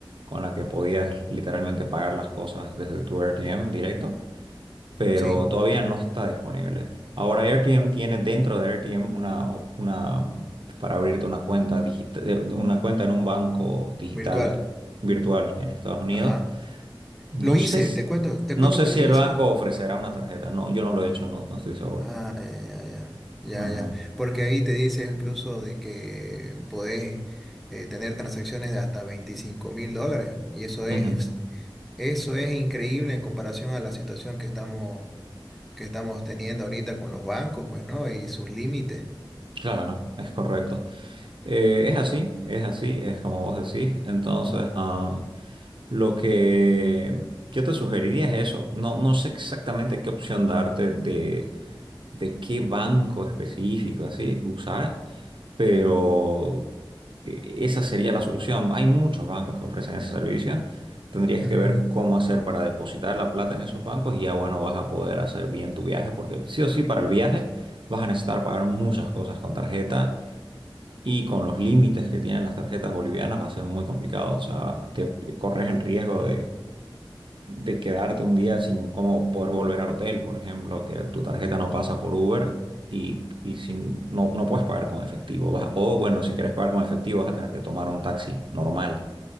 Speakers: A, on the right (about 70°); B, in the centre.
A: con la que podías literalmente pagar las cosas desde tu RTM directo. pero
B: Sí,
A: todavía no está disponible. Ahora AirTM tiene dentro de AirTM una, op- una para abrirte una cuenta digital, una cuenta en un banco digital
B: virtual.
A: virtual en Estados Unidos.
B: Ajá.
A: No
B: Lo hice,
A: sé si,
B: te cuento, te
A: no
B: cuento
A: sé
B: que
A: si
B: lo
A: el
B: hice.
A: banco ofrecerá una tarjeta. No, yo no lo he hecho, no, no estoy seguro.
B: Ah, ya, ya, ya, ya,
A: Ajá.
B: ya. Porque ahí te dice incluso de que podés eh, tener transacciones de hasta veinticinco mil dólares. Y eso es,
A: Ujú.
B: eso es increíble en comparación a la situación que estamos, que estamos teniendo ahorita con los bancos, pues, ¿no? Y sus límites.
A: Claro, es correcto. Eh, es así, es así, es como vos decís. Entonces, am, lo que yo te sugeriría es eso. No, no sé exactamente qué opción darte de, de qué banco específico así usar, pero eh, esa sería la solución. Hay muchos bancos que ofrecen ese servicio. Tendrías
B: Ujú,
A: que ver cómo hacer para depositar la plata en esos bancos y ya bueno, vas a poder hacer bien tu viaje porque sí o sí para el viaje vas a necesitar pagar muchas cosas con tarjeta y con los límites que tienen las tarjetas bolivianas va a ser muy complicado. O sea, te corres el riesgo de quedarte un día sin cómo poder volver al hotel, por ejemplo, que tu tarjeta no pasa por Uber y, y sin- no, no puedes pagar con efectivo. Vas- o bueno, si quieres pagar con efectivo vas a tener que tomar un taxi normal,